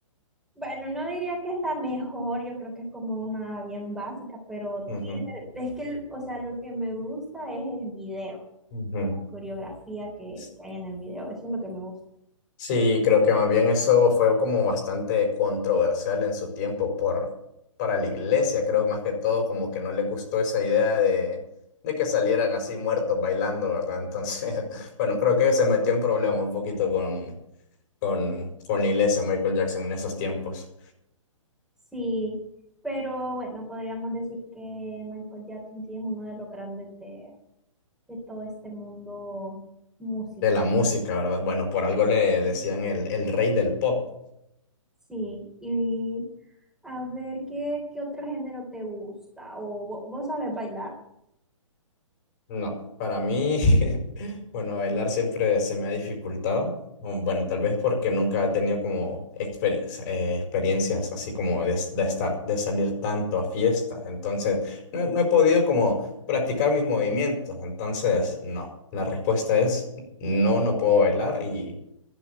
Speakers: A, in the centre; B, on the left.
A: Bueno, no diría que es la mejor, yo creo que es como una bien básica, pero
B: Ujú,
A: Thriller, es que, el- o sea, lo que me gusta es el video
B: ujú.
A: y la coreografía que,
B: S-
A: que hay en el video, eso es lo que me gusta.
B: Sí, creo que más bien eso fue como bastante controversial en su tiempo por, para la iglesia. Creo más que todo como que no le gustó esa idea de, de que salieran así muertos bailando, ¿verdad? Entonces, <laughs> bueno, creo que se metió en problemas un poquito con, con, con la iglesia Michael Jackson en esos tiempos.
A: Sí, pero bueno, podríamos decir que Michael Jackson sí es uno de los grandes de, de todo este mundo musical.
B: de la música, ¿verdad? Bueno, por algo le decían el, el rey del pop.
A: Sí, y a ver, ¿qué, qué otro género te gusta? ¿O vo- vos sabes bailar?
B: No, para mí, <laughs> bueno, bailar siempre se me ha dificultado. Um, Bueno, tal vez porque nunca he tenido como experiencia- eh, experiencias así como de, de estar, de salir tanto a fiestas. Entonces, no, he- no he podido como practicar mis movimientos. Entonces, no, la respuesta es no, no puedo bailar y